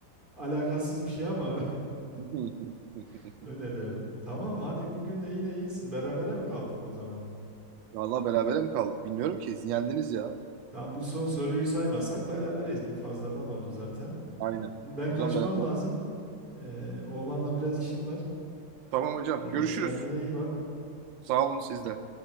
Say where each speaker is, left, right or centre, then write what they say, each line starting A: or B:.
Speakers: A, on the right; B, on the right.
A: Alakasız bir şey ama
B: <laughs>
A: <laughs> öyle derdim. Tamam hadi bugün de yine iyisin. Berabere mi kaldık o zaman?
B: Vallahi berabere mi kaldık? Bilmiyorum ki. Siz yendiniz ya.
A: Tamam bu son soruyu saymasak berabereyiz. Bu fazladan oldu zaten.
B: Aynen.
A: Şimdi ben
B: O
A: kaçmam
B: zaman beraber.
A: lazım. Ee, oğlanla biraz işim var.
B: Tamam hocam.
A: Ee,
B: Görüşürüz.
A: kendine iyi bak.
B: Sağ olun siz de.